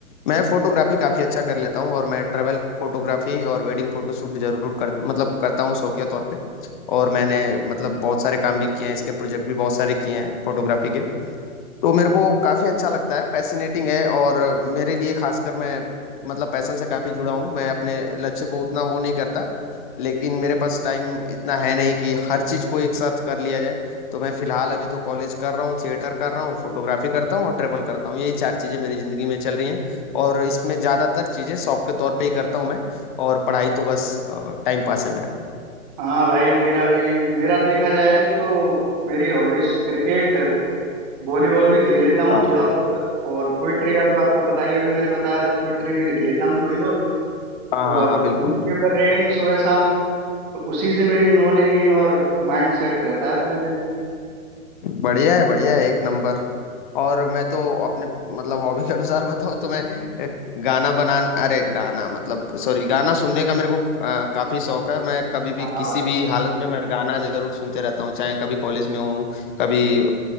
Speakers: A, on the left; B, on the right.
A: मैं फोटोग्राफी काफी अच्छा कर लेता हूँ और मैं ट्रैवल फोटोग्राफी और वेडिंग फोटोशूट जरूर कर मतलब करता हूँ शौकिया तौर पे और मैंने मतलब बहुत सारे काम भी किए हैं इसके प्रोजेक्ट भी बहुत सारे किए हैं फोटोग्राफी के तो मेरे को काफ़ी अच्छा लगता है पैसिनेटिंग है और मेरे लिए खासकर मैं मतलब पैसन से काफ़ी जुड़ा हूँ मैं अपने लक्ष्य को उतना वो नहीं करता लेकिन मेरे पास टाइम इतना है नहीं कि हर चीज़ को एक साथ कर लिया जाए तो मैं फ़िलहाल अभी तो कॉलेज कर रहा हूँ थिएटर कर रहा हूँ फोटोग्राफी करता हूँ और ट्रेवल करता हूँ यही चार चीज़ें मेरी ज़िंदगी में चल रही हैं और इसमें ज़्यादातर चीज़ें शौक के तौर पे ही करता हूँ मैं और पढ़ाई तो बस टाइम पास है मेरा
B: हाँ भाई मेरा भी मेरा देखा जाए तो मेरी हॉबीज क्रिकेट वॉलीबॉल भी खेल लेता हूँ
A: हाँ
B: थोड़ा बहुत और पोइट्री का तो आपको पता ही है, अभी मैंने बताया था पोइट्री भी लिख लेता हूँ थोड़ी बहुत
A: हाँ
B: और
A: हाँ हाँ बिल्कुल
B: न्यूज़पेपर रीडिंग सुबह शाम तो उसी से मेरी नॉलेज गेन और माइंड सेट रहता है पूरे दिन
A: बढ़िया है बढ़िया है एक नंबर और मैं तो अपने मतलब हॉबी के अनुसार बताऊँ तो मैं अ, गाना बना अरे गाना मतलब सॉरी गाना सुनने का मेरे को अ, काफी शौक है मैं कभी भी
B: हाँ
A: किसी
B: भाई
A: भी हालत में मैं गाना जरूर सुनते रहता हूँ चाहे कभी कॉलेज में हूँ कभी अ,